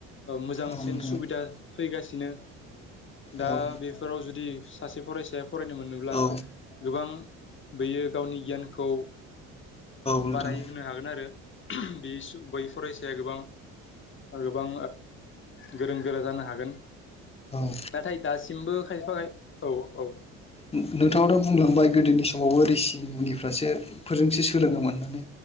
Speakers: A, on the left (about 40°); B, on the left (about 20°).
A: मोजांसिन
B: औ नोंथां
A: सुबिदा फैगासिनो दा
B: औ
A: बेफोराव जुदि सासे फरायसाया फरायनो मोनोब्ला
B: औ
A: गोबां बयो गावनि गियानखौ
B: नोंथां
A: बाराय
B: औ
A: होनोनो हागोन आरो बे बै फरायसाया गोबां गोबां गोरों गोरा जानो हागोन
B: औ
A: नाथाय दासिमबो खायफा खाय औ औ
B: नोंथाङ दा बुंलांबाय गोदोनि समावबो रिसि मुनिफ्रासो फोरजोंसो सोलोङोमोन होननानै